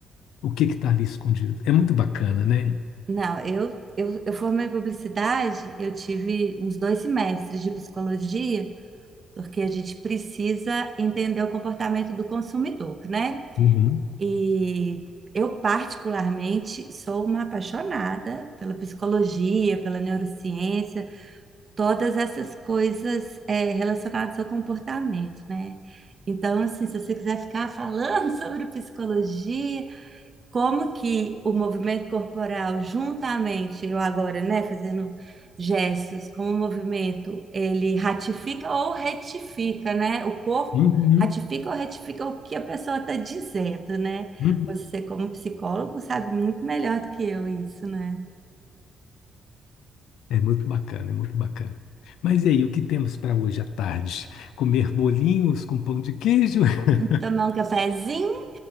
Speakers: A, on the left; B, on the right.
A: o que está ali escondido. É muito bacana, né?
B: Não, eu, eu, eu formei em publicidade, eu tive uns dois semestres de psicologia, porque a gente precisa entender o comportamento do consumidor, né?
A: Uhum,
B: E eu, particularmente, sou uma apaixonada pela psicologia, pela neurociência, todas essas coisas eh, relacionadas ao comportamento, né? Então, assim, se você quiser ficar falando <laughs> sobre psicologia, como que o movimento corporal, juntamente, eu agora, né, fazendo gestos, como o movimento, ele ratifica ou retifica, né? O corpo
A: uhum,
B: ratifica ou retifica o que a pessoa está dizendo, né?
A: uhum.
B: Você, como psicólogo, sabe muito melhor do que eu isso, né?
A: É muito bacana, é muito bacana. Mas e aí, o que temos para hoje à tarde? Comer bolinhos com pão de queijo? <laughs>
B: Tomar um cafezinho,